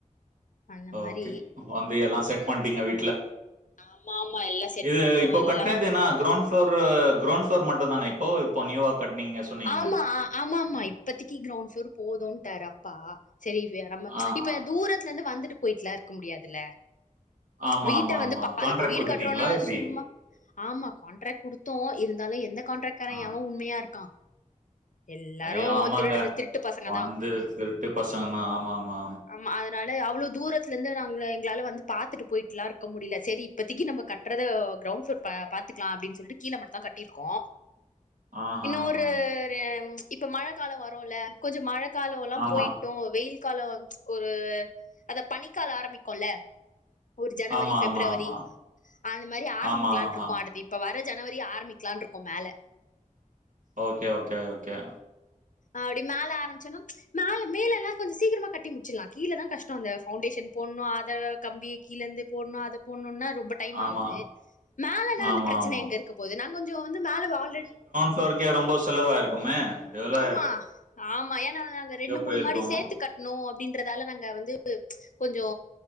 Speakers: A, on the left; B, on the right.
A: அந்த மாரி
B: ஓக்கே வந்து எல்லா செட் பண்ட்டீங்க வீட்ல
A: ஆமா ஆமா எல்லா செட்
B: இது
A: பண்ட்டோ
B: இப்போ
A: எல்லா
B: கட்டினதுன்னா கிரௌண்ட் ஃபோர்ரு கிரௌண்ட் ஃப்ளோர் மட்டுந்தான இப்போ இப்போ நியூவா கட்னீங்க சொன்னீங்களே?
A: ஆமா ஆமா ஆமா இப்பத்தக்கு கிரௌண்ட் ப்ளோர் போதும்ட்டாரு அப்பா சரி இது வேற மா
B: ஆ,
A: இப்ப
B: ஆ.
A: தூரத்துல இருந்து வந்துட்டு போயட்டுலா இருக்க முடியாதுல
B: ஆமா,
A: வீட்ட
B: ஆமா,
A: வந்து
B: ஆமா.
A: பா
B: கான்ட்ராக்ட்
A: இப்ப வீடு
B: குடுத்துட்டீங்களா
A: கட்றோம்னா
B: எப்படி?
A: சும்மா ஆமா காண்ட்ராக்ட் குடுத்தோ இருந்தாலு எந்த காண்ட்ராக்ட் கார
B: ஆ.
A: எவன் உண்மையா இருக்கா எல்லாரு
B: ஐயோ! ஆமாங்க.
A: திருட்ற திருட்டு பசங்க
B: வந்து
A: தா
B: திருட்டு பசங்க தான். ஆமா, ஆமா,
A: ஆமா அத நடை அவ்ளோ தூரத்துல இருந்து நாங்க எங்களால வந்து பாத்துட்டு போயிட்ல்லா இருக்க முடில சேரி இப்பத்திக்கு நம்ப கட் கட்றது கிரௌண்ட் ஃப்ளோர் பா பாத்துக்கலா அப்படின் சொல்ட்டு கீழ மட்டுந்தா கட்டியிருக்கோ
B: ஆஹஹா.
A: இன்னொரு இப்ப மழ காலோ வரும்ல்ல கொஞ்சோ மழ காலோ எல்லா
B: ஆமா.
A: போயிட்டும் வெயில் காலோ ஒரு அந்த பனிக் காலோ ஆரம்பிக்குல்ல ஒரு ஜனவரி
B: ஆமா,
A: ஃபெப்ரவரி
B: ஆமா, ஆமா.
A: அந்த மாறி ஆரம்பிக்கலான்னு
B: ஆமா, ஆஹா.
A: இருக்கோ அடுத்த இப் ப்ப வர ஜனவரி ஆரம்பிக்கலான்னு இருக்கோ மேல
B: ஓக்கே ஓக்கே ஓக்கே
A: அப்டி மேல ஆரபிச்சன்னா மேல மேல எல்லா கொஞ்சோ சீக்கிரமா கட்டி முடிச்சிட்லா கீழதா கஷ்டம் அந்த பவுண்டேஷன் போட்ணு அத கம்பிய கீழ இருந்து போட்ணு அத போட்ணுன்னா ரொம்ப டைம்
B: ஆமா.
A: ஆவுது மேலன்னா
B: ஆமா,
A: அந்த பிரச்சனை
B: ஆமா.
A: எங்க இருக்க போது நா கொஞ்சோ வந்து மேல ஆல்ரெடி
B: த்தோ இருக்கே ரொம்ப செலவாயிருக்குமே எவ்ளோ
A: மா ஆமா ஏன்னா நாங்க ரெண்டு மூனு
B: போயிருக்கும்.
A: மாடி சேத்து கட் னோ அப்டின்றதால நாங்க வந்து கொஞ்சோ